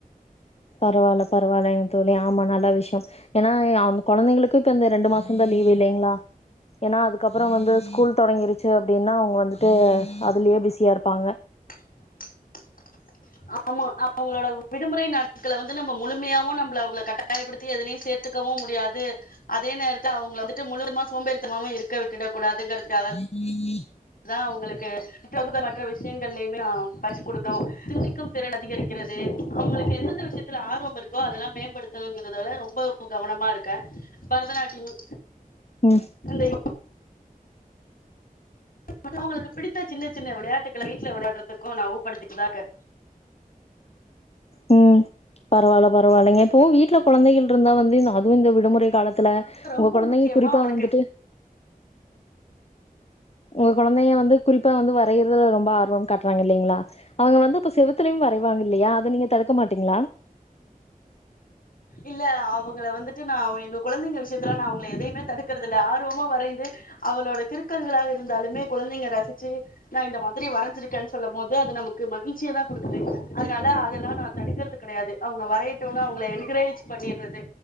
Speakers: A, on the left (about 45°); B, on the left (about 70°).
A: பரவால்ல பரவால்ல என் தோழி ஆமாம் நல்ல விஷயம் ஏன்னா அந்த குழந்தைங்களுக்கும் இப்ப இந்த ரெண்டு மாசம் தான் லீவு இல்லைங்களா ஏன்னா அதுக்கப்பறோ வந்து ஸ்கூல் தொடங்கிருச்சி அப்டின்னா அவுங்க வந்துட்டு அதுலயே பிஸியா இருப்பாங்க
B: <inaudible> ஆமா அவங்களோட விடுமுறை நாட்கள வந்து நம்ம முழுமையாவு நம்பள அவுங்கள கட்டாயப்படுத்தி எதுலயு சேத் துக்கவு முடியாது அதே நேரத்துல அவுங்கள வந்துட்டு முழுவதுமா சோம்பேறிதனமாவு இருக்க விட்டுடக்கூடாதுங்கிறதுக்காக
A: <inaudible>
B: அதா அவுங்களுக்கு புத்தகமற்ற விஷயங்கள்லயுமே பரிசு குடுக்கணு சிந்திக்கும் திறன் அதிகரிக்கிறது அவுங்களுக்கு எந்தெந்த விஷயத் துல ஆர்வம் இருக்கோ அதெல்லா மேம்படுத்தணுங்கிறதால ரொம்ப கவனமா இருக்கே பரதநாட்டியம்
A: ம்
B: அந்த மத்தவங்களுக்கு பிடித்த சின்ன சின்ன விளையாட்டுக்கள வீட்ல விளையாடுறதுக்கு ஞாபகப்படுத்தீட்டுதா இருக்கே
A: ம் பரவால்ல பரவால்லைங்க இப்போ வீட்ல குழந்தைகள் இருந்தா வந்து அதுவு இந்த விடுமுறை காலத்துல
B: ரொம்ப
A: உங்க குழந்தைங்க
B: முக்கியமா
A: குறிப்பா
B: அவனுக்கு
A: வந்துட்டு உங்க குழந்தைங்க வந்து குறிப்பா வந்து வரையிறதுல ரொம்ப ஆர்வம் காட்டுறாங்க இல்லலைங்களா அவங்க வந்து இப்ப செவத்துலயும் வரை வாங்க இல்லையா அத நீங்க தடுக்க மாட்டீங்களா
B: இல்ல அவுங்கள வந்துட்டு நா எங்க குழந்தைங்க விஷயத்துல நா அவுங்கள எதையுமே தடுக்கறது இல்லை ஆர்வமா வரைந்து அவளோட கிருக்கல்களாக இருந்தாலுமே குழந்தைங்க ரசிச்சி நா இந்த மாதிரி வரைஞ்சிருக்கேன்னு சொல்லும் போது அது நமக்கு மகிழ்ச்சிய தா குடுக்குது அதனால அதெல்லா நா தடுக்குறது கெடையாது அவுங்க வரையட்டுன்னு அவுங்கள என்கரேஜ் பண்ணிர்றது